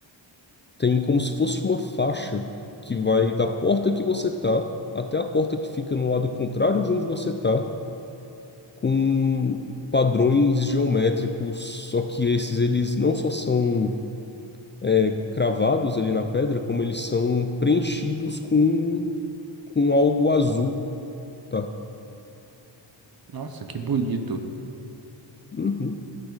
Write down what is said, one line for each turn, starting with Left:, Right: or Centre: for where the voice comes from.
Left: tem como se fosse uma faixa que vai da porta que você tá até a porta que fica no lado contrário de onde você tá, com padrões geométricos. Só que esses eles não só são é, cravados ali na pedra, como eles são preenchidos com, com algo azul Tá.
Right: nossa, que bonito.
Left: Uhum.